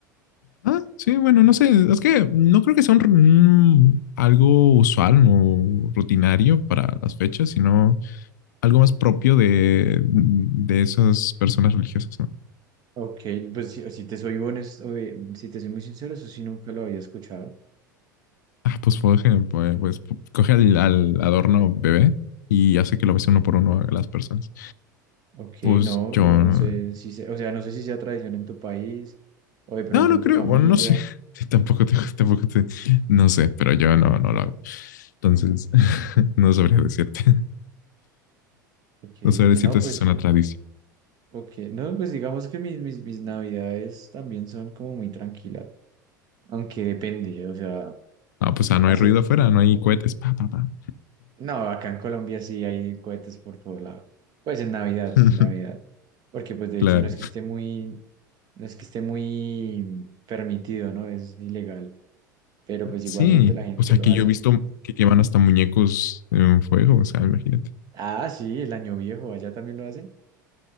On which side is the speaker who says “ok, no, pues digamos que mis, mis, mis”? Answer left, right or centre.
Right